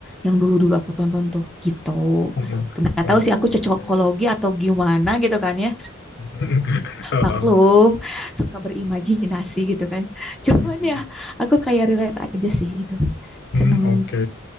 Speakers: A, in the centre; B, on the left.
A: Yang dulu-dulu aku tonton tuh gitu.
B: mhm.
A: Nggak
B: Oke.
A: tahu sih aku cocokologi atau gimana gitu kan ya
B: <laughs> Heeh.
A: maklum suka berimajinasi gitu kan cuman
B: Mhm.
A: ya aku kayak relate aja sih gitu
B: Hmm,
A: seneng
B: Oke.